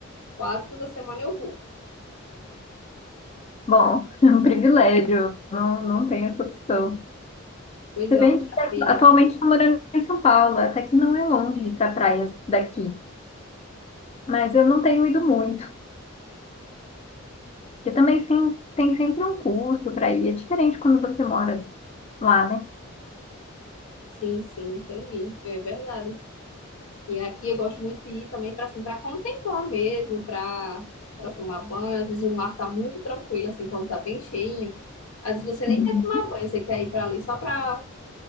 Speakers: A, on the left; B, on the left.
A: Quase toda semana eu vou.
B: Bom, <laughs> é um privilégio, não, não tenho essa opção.
A: Pois
B: Se
A: é,
B: bem
A: uma
B: que
A: maravilha.
B: atualmente estou morando em São Paulo, até que não é longe ir para praias daqui, mas eu não tenho ido muito, porque também sim, tem sempre um custo para ir, é diferente quando você mora lá, né?
A: Sim, sim, entendi. É verdade. E aqui eu gosto muito de ir também para assim, para contemplar mesmo, para para tomar banho. Às vezes o mar tá muito tranquilo assim quando tá bem cheinho. Às vezes você nem
B: Uhum.
A: quer tomar banho, você quer ir para ali só para